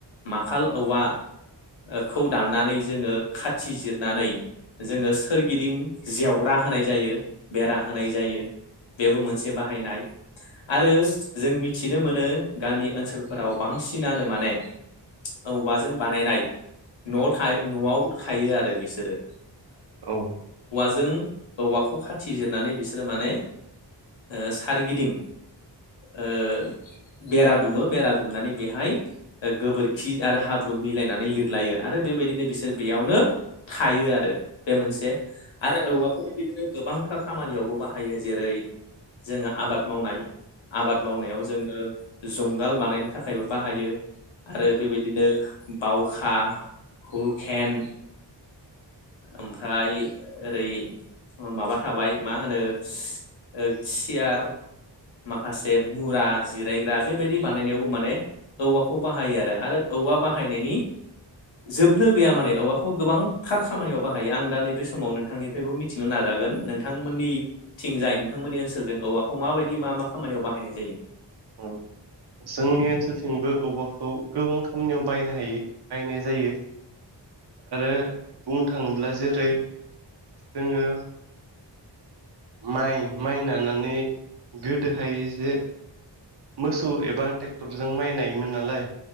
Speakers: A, on the left; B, on the right.
A: माखाल औवा खौ दाननानै जोङो खाथि जिरनानै जोङो सोरगिदिं जेवरा होनाय जायो बेरा होनाय जायो बेबो मोनसे बाहायनाय आरो जों मिथिनो मोनो गामि ओनसोलफोराव बांसिनानो माने ए औवाजों बानायनाय न'आव थायो न'आव थायो आरो बिसोरो
B: औ
A: जों औवाखौ खाथि जिरनानै बिसोरो माने ओ सारगिदिं ओ बेरा दुमो बेरा दुमनानै बेहाय ओ गोबोरखि आरो हाब्रु मिलायनानै लिरलायो आरो बेबायदिनो बिसोर बेयावनो थायो आरो बे मोन आरो औवाखौ बेबादि बिदिनो गोबांथार खामानियावबो बाहायो जेरै जोङो आबाद मावनाय। आबाद मावनायाव जोङो जुंगाल बानायनो थाखायबो बाहायो आरो बेबायदिनो बावखा हुकेन ओमफ्राय ओरै माबा थाबाय मा होनो ओ सियार माखासे मुरा जिरायग्रा बेबायदि बानायनायावबो माने औवाखौ बाहायो आरो आरो औवा बाहायनायनि जोबनो गैया माने औवाखौ गोबां थार खामानियाव बाहायो आं दा नैबे समाव नोंथांनिफ्रायबो मिथिनो नाजागोन नोंथांमोननि थिं जाय नोंथांमोननि ओनसोल ओनोलजों औवाखौ माबायदि मा मा खामानियाव बाहायनाय जायो?
B: औ। जोंनि ओनसोलथिंबो औवाखौ गोबां खामानियाव बायनो हायो बायनाय जायो। आरो बुंनो थाङोब्ला जेरै जोङो माइ माइ नानानै गोदोहाय एसे मोसौ एबा ट्रेक्टरजों माइ नायोमोन नालाय